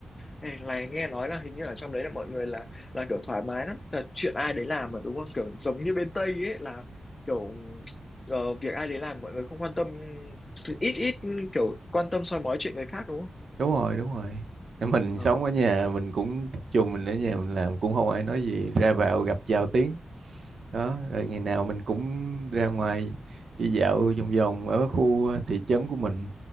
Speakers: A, on the left (about 35°); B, on the right (about 70°).
A: Ê, này nghe nói là hình như ở trong đấy là mọi người là là kiểu thoải mái lắm là chuyện ai đấy làm mà đúng không kiểu giống như bên Tây ấy là kiểu ờ, việc ai đấy làm mọi người không quan tâm ít ít kiểu quan tâm soi mói chuyện người khác đúng không
B: đúng rồi đúng rồi Nếu mình
A: ờ,
B: sống ở nhà mình cũng tập trung mình ở nhà mình làm cũng không ai nói gì ra vào gặp chào tiếng đó rồi ngày nào mình cũng ra ngoài đi dạo vòng vòng ở khu thị trấn của mình